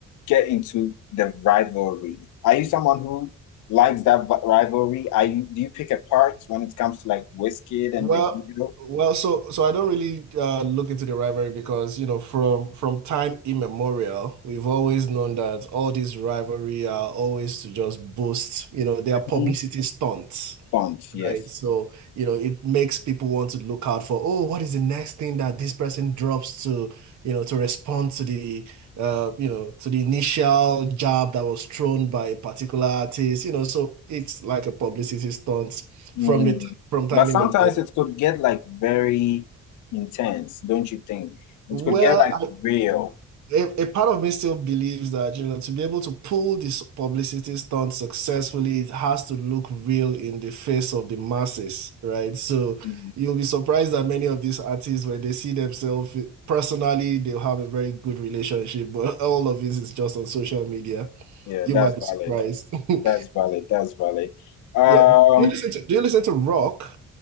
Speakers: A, on the left; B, on the right.
A: get into the rivalry. Are you someone who likes that vi- rivalry? Are you do you pick apart when it comes to like Wizkid
B: Well,
A: and Davido?
B: well, so so I don't really uh, look into the rivalry because you know from from time immemorial we've always known that all these rivalry are always to just boost you know their publicity
A: Mhm.
B: stunts.
A: Don't, yes.
B: Right. So, you know, it makes people want to look out for, oh, what is the next thing that this person drops to, you know, to respond to the, uh, you know, to the initial jab that was thrown by a particular artist, you know, so it's like a publicity stunt
A: Mm.
B: from the t- from time
A: But sometimes
B: immemorial.
A: it could get like very intense, don't you think? It
B: Well,
A: could get like real.
B: a, a part of me still believes that, you know, to be able to pull this publicity stunt successfully, it has to look real in the face of the masses, right? So
A: Mm.
B: you'll be surprised that many of these artists, when they see themselves eh, personally, they'll have a very good relationship, but <laughs> all of this is just on social media.
A: Yeah,
B: You
A: that's
B: might be
A: valid.
B: surprised. <laughs>
A: That's valid. That's valid. Um,
B: Yeah. Do you listen to do you listen to rock?